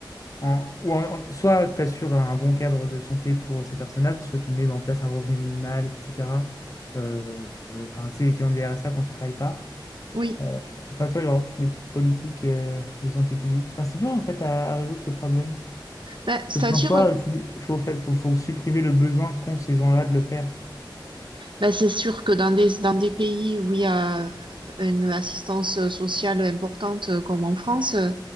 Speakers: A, on the left; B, on the right.
A: en- ou en- en- soit tu assures un bon cadre de santé pour ces personnes-là, soit tu mets en place un revenu minimal, etc. Euh, euh, Enfin, tu sais, l'équivalent du RSA quand tu travailles pas.
B: oui.
A: Euh, Enfin, toi, genre, des politiques euh, de santé publique. Enfin, c'est dur, en fait, à, à résoudre ce problème.
B: Bah, c'est-à-dire
A: Parce qu'en soi, il faut, fa- faut, faut supprimer le besoin qu'ont ces gens-là de le faire.
B: Ben, c'est sûr que dans des, dans des pays où il y a une assistance sociale importante euh, comme en France, euh,